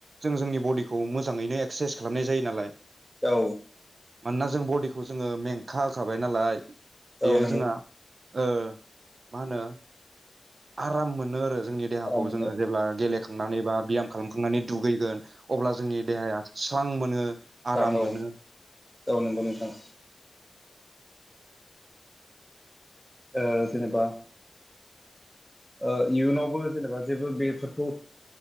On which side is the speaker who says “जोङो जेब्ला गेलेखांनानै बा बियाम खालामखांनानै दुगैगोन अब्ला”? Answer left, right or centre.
Right